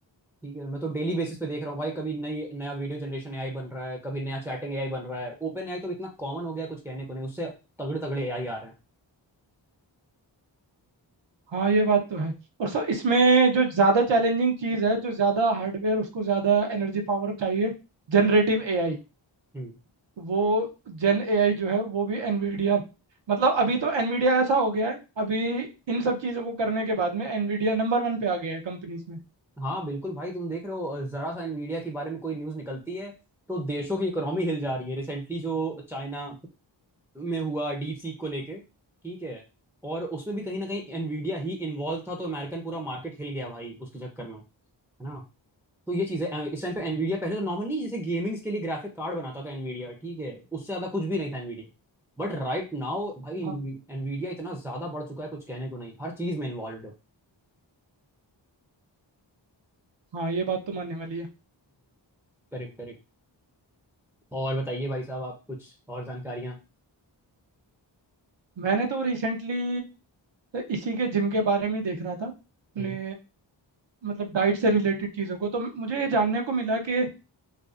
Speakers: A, in the centre; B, on the right (about 70°).
A: ठीक है मैं तो डेली बेसिस पे देख रहा हूँ भाई कभी नई नया वीडियो जनरेशन एआई बन रहा है कभी नया चैटिंग एआई बन रहा है ओपन एआई तो इतना कॉमन हो गया है, कुछ कहने को नहीं उससे तगड़े तगड़े एआई आ रहे हैं
B: हाँ ये बात तो है और सर इसमें जो ज़्यादा चैलेंजिंग चीज़ है जो ज़्यादा हार्डवेयर उसको ज़्यादा एनर्जी पावर चाहिए जनरेटिव एआई
A: हम्म।
B: वो जन एआई जो है वो भी एनवीडिया मतलब अभी तो एनवीडिया ऐसा हो गया है अभी इन सब चीज़ों को करने के बाद में एनवीडिया नंबर वन पे आ गया है कंपनीज में
A: हाँ बिल्कुल भाई तुम देख रहे हो जरा सा nvidia के बारे में कोई न्यूज निकलती है तो देशों की इकोनॉमी हिल जा रही है रिसेंटली जो चाइना में हुआ डीप सीक को लेके ठीक है और उसमें भी कहीं ना कहीं nvidia ही इन्वॉल्व था तो अमेरिकन पूरा मार्केट हिल गया भाई उसके चक्कर में है ना तो ये चीज है इस टाइम पे nvidia पहले तो नॉर्मल नहीं जैसे गेमिंग्स के लिए ग्राफिक कार्ड बनाता था nvidia ठीक है उससे ज्यादा कुछ भी नहीं था nvidia बट राइट नाउ भाई
B: हाँ
A: nvidia इतना ज्यादा बढ़ चुका है कुछ कहने को नहीं हर चीज में इन्वॉल्व है
B: हाँ ये बात तो मानने वाली है
A: Correct correct. और बताइए भाई साहब आप कुछ और जानकारियाँ
B: मैंने तो रिसेंटली इसी के जिम के बारे में ही देख रहा था अपने
A: हम्म
B: मतलब डाइट से रिलेटेड चीज़ों को तो मुझे ये जानने को मिला कि